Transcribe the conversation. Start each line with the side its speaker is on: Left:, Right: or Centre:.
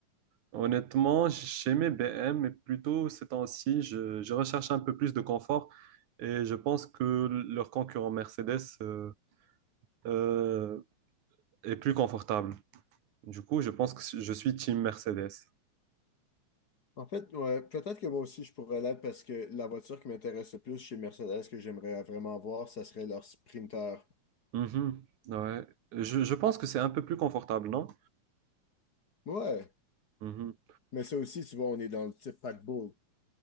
Right: Honnêtement, chez mes BM, mais plutôt ces temps-ci, je, je recherche un peu plus de confort et je pense que leur concurrent Mercedes euh, euh, est plus confortable. Du coup, je pense que je suis team Mercedes.
Left: En fait, ouais, peut-être que moi aussi je pourrais l'être parce que la voiture qui m'intéresse le plus chez Mercedes que j'aimerais vraiment voir, ça serait leur Sprinter.
Right: Mhm, ouais. Je, je pense que c'est un peu plus confortable, non?
Left: Ouais,
Right: Mhm.
Left: mais ça aussi, tu vois, on est dans le type paquebot.